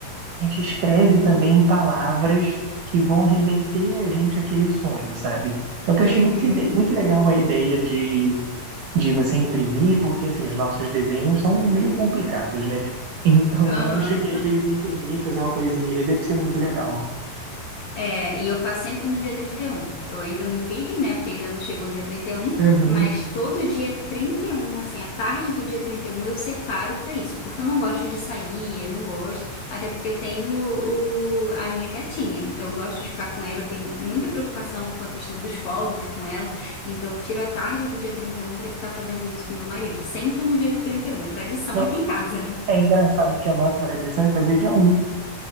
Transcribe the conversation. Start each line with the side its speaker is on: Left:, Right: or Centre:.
Right: a gente escreve também em palavras que vão remeter a gente àquele sonho, sabe? Só que
Left: Uhum,
Right: eu achei muito, ide- muito legal a ideia de, de você imprimir, porque assim, os nossos desenhos são meio complicados, né? <laughs> Então
Left: aham.
Right: eu acho que às vezes imprimir, fazer uma coisinha, ele deve ser muito legal.
Left: É, e eu faço sempre no dia 31. Eu ainda não fiz, né? Porque ainda não chegou o dia 31.
Right: Uhum.
Left: mas todo dia 31, assim, a tarde do dia 31 eu separo pra isso, porque eu não gosto de sair, eu não gosto, até porque eu tenho o- a minha gatinha, então eu gosto de ficar com ela, eu tenho muita preocupação com a questão dos fogos com ela, então eu tiro a tarde do dia 31 pra ficar fazendo isso com meu marido, sempre no dia 31. é tradição
Right: Não,
Left: aqui em casa. <laughs>
Right: é engraçado porque a nossa tradição é fazer dia um